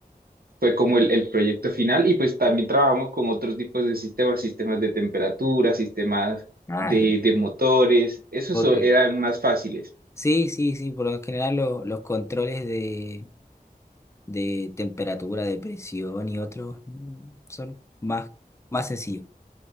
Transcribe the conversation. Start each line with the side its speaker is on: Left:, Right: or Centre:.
Right: fue como el, el proyecto final y pues también trabajamos con otros tipos de sistemas, sistemas de temperatura, sistemas
Left: Ah,
Right: de,
Left: ya.
Right: de motores, esos
Left: Ok.
Right: so- eran más fáciles,
Left: Sí, sí, sí, por lo general lo- los controles de, de temperatura, de presión y otros mm, son más, más sencillos.